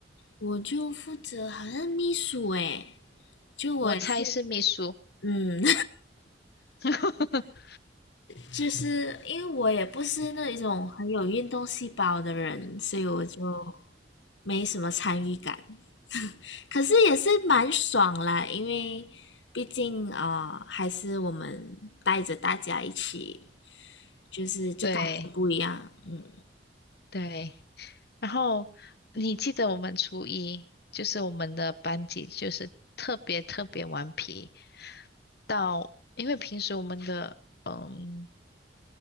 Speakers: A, on the left; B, on the left.
A: 我就负责好像秘书诶，就我也是，
B: 我猜是秘书。
A: 嗯，
B: <laughs>
A: 就是因为我也不是那一种很有运动细胞的人，所以我就没什么参与感。可是也是蛮爽啦，因为毕竟啊、呃还是我们带着大家一起，就是就感觉不一样。
B: 对
A: 嗯，
B: 对，然后你记得我们初一，就是我们的班级就是特别特别顽皮。到，因为平时我们的嗯，